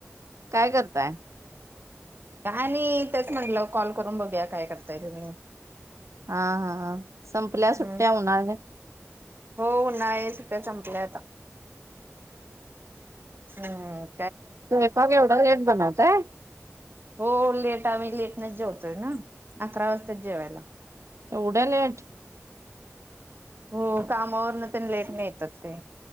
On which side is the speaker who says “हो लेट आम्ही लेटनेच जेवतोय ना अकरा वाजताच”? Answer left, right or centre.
Right